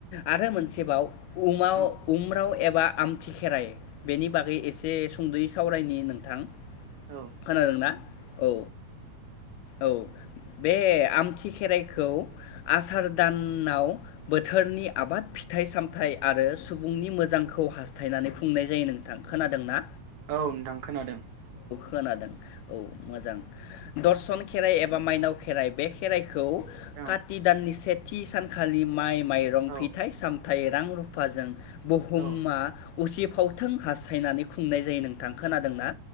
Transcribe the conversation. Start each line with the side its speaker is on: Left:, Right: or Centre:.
Left: आरो मोनसेबाव उमाव
Right: औ
Left: उम्राव एब बा आमथि खेराइ बेनि बागै एसे सुंद'यै सावरायनि नोंथां।
Right: औ
Left: खोनादोंना औ। औ बे आमथि खेराइखौ। आसार दानाव बो थोरनि आबाद फिथाइ सामथाइ आरो सुबुंनि मोजांखौ हास्थायनानै खुंनाय जायो नोंथां खोनादों ना?
Right: औ नोंथां खोनादों।
Left: खोनादों औ मोजां दर्शन खेराइ एबा माइनाव खेराइ बे खेराइ खौ
Right: ओं
Left: कात नि सेथि सानखालि माइ माइरं
Right: औ
Left: फिथाइ साम थाय रां रुफाजों बुहुमा
Right: औ
Left: उसि फावथों हास्थायनानै खुंनाय जायो नोंथां खोनादोंना?